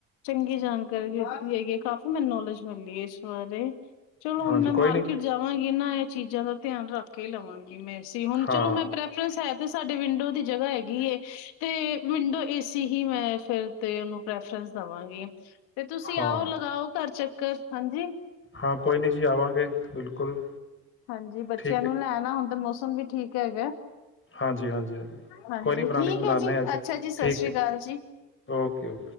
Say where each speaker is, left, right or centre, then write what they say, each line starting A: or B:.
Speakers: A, on the left; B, on the left.
A: ਚੰਗੀ ਜਾਣਕਾਰੀ ਦਿੱਤੀ ਹੈਗੀ ਹੈ ਕਾਫ਼ੀ ਮੈਨੂੰ ਨੌਲੇਜ ਮਿਲਲੀ ਹੈ ਇਸ ਬਾਰੇ ਚਲੋ
B: ਹਾਂਜੀ
A: ਹੁਣ ਮੈਂ ਮਾਰਕੀਟ
B: ਕੋਈ ਨਹੀਂ
A: ਜਾਵਾਂਗੀ ਇਹਨਾਂ ਚੀਜ਼ਾਂ ਦਾ ਧਿਆਨ ਰੱਖ ਲਵਾਂਗੇ, ਮ ਹੁਣ
B: ਹਾਂ
A: ਚਲੋ ਮੈਂ ਪ੍ਰੈਫਰੈਂਸ ਹੈ, ਤੇ ਸਾਡੇ ਵਿੰਡੋ ਦੀ ਜਗ੍ਹਾ ਹੈਗੀ। ਤੇ ਵਿੰਡੋ ਅ ਹੀ ਮੈਂ ਫਿਰ ਤੇ ਉਹਨੂੰ ਪ੍ਰੈਫਰੈਂਸ ਦੇਵਾਂਗੀ। ਤੇ ਤੁਸੀਂ
B: ਹਾਂ
A: ਆਓ ਲਗਾਓ ਘਰ ਚੱਕ ਹਾਂਜੀ
B: ਹਾਂ ਕੋਈ ਨਹੀਂ ਜੀ ਆਵਾਂਗੇ ਬਿਲਕੁਲ
A: ਹਾਂਜੀ ਬੱਚਿਆਂ
B: ਠੀਕ
A: ਨੂੰ
B: ਹੈ
A: ਲੈਣਾ। ਹੁਣ ਤੇ ਮੌਸਮ ਵੀ ਠੀਕ ਹੈਗਾ।
B: ਹਾਂਜੀ ਹਾਂਜੀ ਹਾਂਜੀ
A: ਹਾਂਜੀ
B: ਕੋਈ ਨੀ ਬਣਾਨ
A: ਠੀਕ
B: ਬਣਾਦੇ
A: ਹੈ
B: ਹਾਂ ਜੀ
A: ਅੱਛਾ ਸਤਿ
B: ਠੀਕ
A: ਸ੍ਰੀ
B: ਹੈ
A: ਅਕਾਲ ਜੀ
B: ਓਕੇ ਓਕੇ।